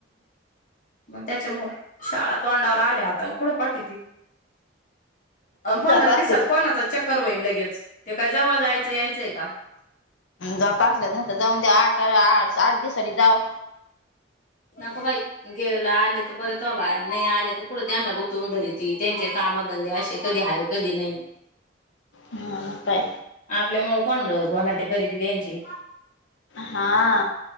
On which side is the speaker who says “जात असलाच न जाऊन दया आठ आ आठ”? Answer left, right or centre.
Left